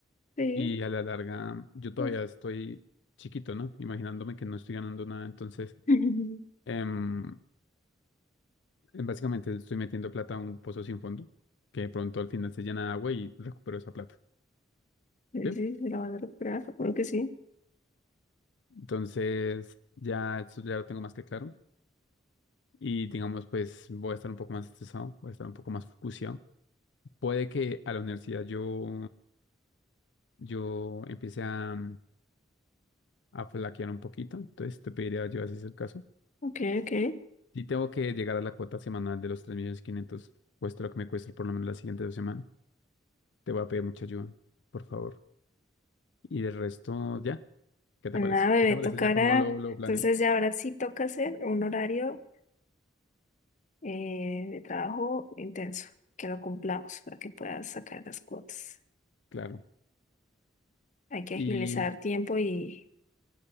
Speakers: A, on the left (about 40°); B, on the left (about 70°).
A: sí.
B: Y a la larga, yo todavía
A: pues,
B: estoy chiquito, ¿no? Imaginándome que no estoy ganando nada. Entonces,
A: ujú.
B: em, básicamente estoy metiendo plata a un pozo sin fondo, que de pronto al final se llena de agua y recupero esa plata.
A: Sí,
B: ¿Sí?
A: sí, sí, la van a recuperar, supongo que sí.
B: Entonces, ya eso ya lo tengo más que claro. Y digamos, pues voy a estar un poco más estresado, voy a estar un poco más focuseado. Puede que a la universidad yo, yo empiece a, a flaquear un poquito, entonces te pediría yo, así es el caso.
A: Ok, ok.
B: Y tengo que llegar a la cuota semanal de los 3.500.000, cuesta lo que me cueste por lo menos las siguientes dos semanas. Te voy a pedir mucha ayuda, por favor. Y del resto, ya. ¿Qué
A: Pues
B: te parece?
A: nada, bebé,
B: ¿Qué te parece
A: tocará.
B: ya cómo lo, lo planeé?
A: Entonces, ya ahora sí toca hacer un horario eh, de trabajo intenso, que lo cumplamos para que puedas sacar las cuotas.
B: Claro.
A: Hay que
B: Y
A: agilizar tiempo y,